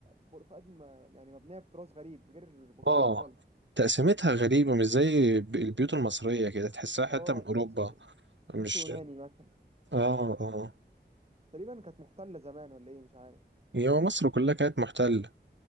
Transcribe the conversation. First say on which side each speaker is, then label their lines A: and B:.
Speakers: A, on the right; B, on the right.
A: بور فؤاد م... يعني مبنيه بتراث غريب غير بورسعيد
B: اه
A: خالص
B: تقسيمتها غريبة مش زي ب- البيوت المصرية كده تحسها حتى
A: اه
B: من اوروبا
A: تحسه
B: مش
A: تحسه يوناني مثلا
B: اه اه
A: تقريبا كانت محتله زمان ولا ايه مش عارف
B: هي مصر كلها كانت محتلة